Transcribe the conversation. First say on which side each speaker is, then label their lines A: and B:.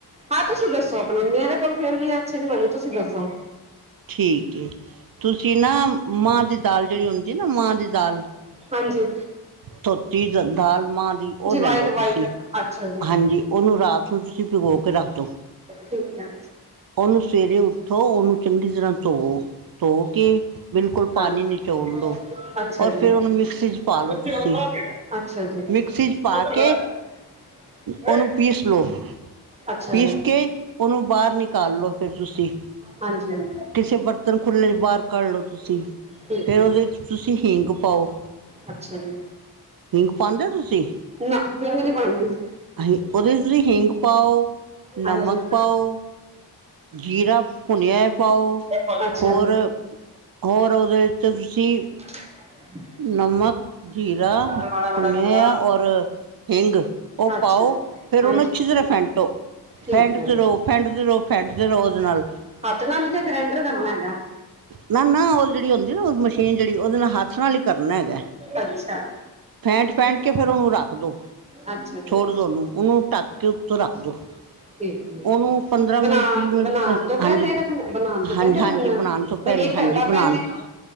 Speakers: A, on the right; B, on the right.
A: ਹਾਂ ਤੁਸੀਂ ਦੱਸੋ, ਆਪਣੇ ਮੇਰੇ ਕੋਲੋ ਫੇਰ ਵੀ ਅੱਛੀ ਨੀ ਬਨੀ। ਤੁਸੀਂ ਦੱਸੋ।
B: ਠੀਕ ਏ, ਤੁਸੀਂ ਨਾਂ ਮਾਂਹ ਦੀ ਦਾਲ ਜਿਹੜੀ ਹੁੰਦੀ ਏ ਨਾ, ਮਾਂਹ ਦੀ ਦਾਲ।
A: ਹਾਂ ਜੀ।
B: ਧੋਤੀ ਦਾਲ, ਮਾਂਹ ਦੀ ਔਹ ਲੈ
A: ਵਾਈਟ
B: ਲੳ ਤੁਸੀਂ।
A: ਵਾਈਟ ਅੱਛਾ
B: ਹਾਂ ਜੀ, ਉਹਨੂੰ ਰਾਤ ਨੂੰ ਤੁਸੀਂ ਭਿਗੋ ਕੇ ਰੱਖ ਦੋ।
A: ਠੀਕ ਐ।
B: ਉਹਨੂੰ ਸਵੇਰੇ ਉੱਠੋ, ਉਹਨੂੰ ਚੰਗੀ ਤਰ੍ਹਾਂ ਧੋਵੋ। ਧੋ ਕੇ ਬਿਲਕੁਲ
A: ਹਾਂਜੀ
B: ਪਾਣੀ ਨਿਚੋੜ ਲਓ,
A: ਅੱਛਾ
B: ਔਰ
A: ਜੀ
B: ਫਿਰ ਉਹਨੂੰ ਮਿਕਸੀ 'ਚ ਪਾ ਲਓ
A: ਇੱਥੇ
B: ਤੁਸੀਂ।
A: ਹੁਣ ਬਾਹਰ ਹੀ ਹੈ ਅੱਛਾ, ਜੀ।
B: ਮਿਕਸੀ 'ਚ ਪਾ
A: ਉੱਧਰ ਖੜਾ
B: ਕੇ
A: ਹੈ। ਓਏ
B: ਉਹਨੂੰ ਪੀਸ ਲਓ,
A: ਅੱਛਾ
B: ਪੀਸ
A: ਜੀ
B: ਕੇ ਉਹਨੂੰ ਬਾਹਰ ਨਿਕਾਲ ਲੋ ਫਿਰ ਤੁਸੀਂ।
A: ਹਾਂਜੀ -ਹਾਂਜੀ।
B: ਕਿਸੇ ਬਰਤਨ ਖੁੱਲ੍ਹੇ 'ਚ ਬਾਹਰ ਕੱਢ ਲਓ ਤੁਸੀਂ,
A: ਠੀਕ
B: ਫਿਰ
A: ਜੀ
B: ਉਹਦੇ 'ਚ ਤੁਸੀਂ ਹਿੰਗ ਪਾਓ।
A: ਅੱਛਾ, ਜੀ।
B: ਹਿੰਗ ਪਾਂਦੇ ਓ ਤੁਸੀਂ?
A: ਨਾ ਹਿੰਗ ਨਹੀਂ ਪਾਉਂਦੀ
B: ਹਾਂਜੀ, ਉਹਦੇ ਵਿੱਚ ਤੁਸੀ ਹਿੰਗ ਪਾਓ।
A: ਹਾਂਜੀ
B: ਨਮਕ ਪਾਓ। ਜੀਰਾ ਭੁਨਿਆ ਪਾਓ,
A: ਬੈਠਾ ਜੀ ਅੱਛਾ
B: ਹੋਰ?
A: ਜੀ
B: ਹੋਰ, ਉਹਦੇ ਵਿੱਚ ਤੁਸੀਂ
A: <inaudible>
B: ਨਮਕ, ਜੀਰਾ
A: ਗੱਲ ਮਾੜਾ ਮਾੜਾ
B: ਭੁੰਨਿਆ,
A: ਕੁੱਲਾ
B: ਔਰ ਹਿੰਗ, ਓ
A: ਅੱਛਾ
B: ਪਾਓ
A: ਜੀ
B: ਫਿਰ
A: ਹਾਂਜੀ
B: ਉਹਨੂੰ ਅੱਛੀ ਤਰ੍ਹਾਂ ਫੈਂਟੋ
A: ਠੀਕ
B: ਫੈਂਟਦੇ
A: ਹੈ
B: ਰਹੋ, ਫੈਂਟਦੇ ਰਹੋ, ਫੈਂਟਦੇ ਰਹੋ ਉਹਦੇ ਨਾਲ
A: ਹੱਥ ਨਾਲ ਹੀ ਕਿ ਗ੍ਰੈਂਡਰ ਕਰਨਾ ਹੈਗਾ
B: ਨਾ ਨਾ, ਉਹ ਜਿਹੜੀ ਹੁੰਦੀ ਏ ਮਸ਼ੀਨ, ਜਿਹੜੀ ਉਹਦੇ ਨਾਲ ਹੱਥ ਫਲ ਕਰਨਾ ਹੈਗਾ,
A: ਅੱਛਾ
B: ਫੈਂਟ- ਫੈਂਟ ਕੇ ਫਿਰ ਉਹਨੂੰ ਰੱਖ ਦੋ
A: ਅੱਛਾ ਜੀ
B: ਛੋੜ ਦੋ ਉਹਨੂੰ, ਉਹਨੂੰ ਢੱਕ ਕੇ ਉੱਤੋਂ ਰੱਖਦੋ।
A: ਠੀਕ ਹੈ
B: ਉਹਨੂੰ ਪੰਦਰਾਂ
A: ਬਣਾ
B: ਮਿੰਟ -ਵੀਹ ਮਿੰਟ
A: ਬਣਾਉਣ
B: ਸਿਰਫ
A: ਤੋਂ
B: ਹਾਂਜੀ,
A: ਪਹਿਲੇ ਰੱਖਣਾ ਬਣਾਉਣ ਤੋਂ
B: ਹਾਂਜੀ-
A: ਪਹਿਲੇ
B: ਹਾਂਜੀ,
A: ਰੱਖਣਾ
B: ਬਣਾਉਣ ਤੋਂ
A: ਬਈ
B: ਪਹਿਲੇ। ਹਾਂਜੀ,
A: ਘੰਟਾ
B: ਬਣਾਉਣ
A: ਪਹਿਲੇ
B: ਤੋ